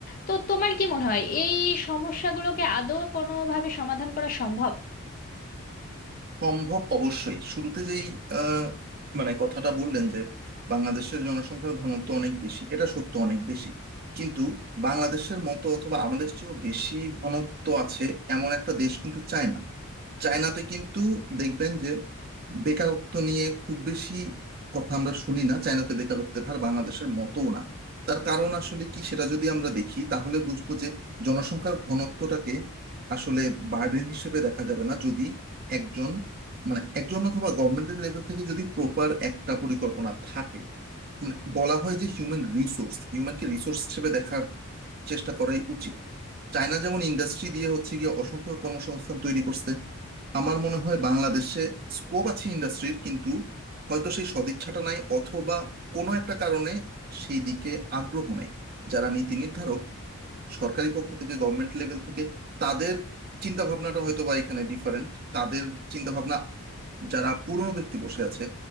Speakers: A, on the left; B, on the right.
A: তো তোমার কি মনে হয় এই সমস্যাগুলোকে আদৌ কোনোভাবে সমাধান করা সম্ভব
B: সম্ভব অবশ্যই শুরুতে যেই আহ, মানে কথাটা বললেন যে বাংলাদেশের জনসংখ্যার ঘনত্ব অনেক বেশি এটা সত্য অনেক বেশি কিন্তু বাংলাদেশের মতো অথবা আমাদের চেয়েও বেশি ঘনত্ব আছে এমন একটা দেশ কিন্তু চায়না চায়নাতে কিন্তু দেখবেন যে বেকারত্ব নিয়ে খুব বেশি কথা আমরা শুনি না চায়নাতে বেকারত্বের হার বাংলাদেশের মতও না তার কারণ আসলে কি সেটা যদি আমরা দেখি তাহলে বুঝবো যে জনসংখ্যার ঘনত্বটাকে আসলে বার্ডেন হিসেবে দেখা যাবে না যদি একজন মানে একজন অথবা গভর্নমেন্টের লেভেল থেকে যদি প্রপার একটা পরিকল্পনা থাকে মানে বলা হয় যে হিউম্যান রিসোর্স হিউম্যানকে রিসোর্স হিসেবে দেখার চেষ্টা করাই উচিত চায়না যেমন ইন্ডাস্ট্রি দিয়ে হচ্ছে গিয়ে অসংখ্য কর্মসংস্থান তৈরি করছে আমার মনে হয় বাংলাদেশে স্কোপ আছে ইন্ডাস্ট্রির কিন্তু হয়তো সেই সদিচ্ছাটা নাই অথবা কোনো একটা কারণে সেই দিকে আগ্রহ নাই যারা নীতি নির্ধারক সরকারি পক্ষ থেকে গভর্নমেন্ট লেভেল থেকে তাদের চিন্তা ভাবনাটা হয়তো বা এখানে ডিফারেন্ট তাদের চিন্তা ভাবনা যারা পুরনো ব্যক্তি বসে আছে